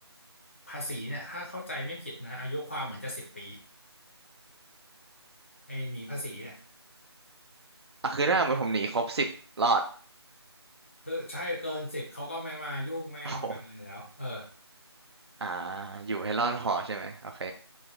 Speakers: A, on the left; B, on the right.
A: ภาษีเนี่ยถ้าเข้าใจไม่ผิดนะอายุความเหมือนจะสิบปีไอ้หนีภาษีเนี่ย
B: อ่ะคือถ้าสมมติผมหนีครบสิบรอด
A: คือใช่เกินสิบเขาก็ไม่มายุ่งไม่มาอะไรแล้วเออ
B: โอ้โหอ่าอยู่ให้รอดพอใช่ไหมโอเค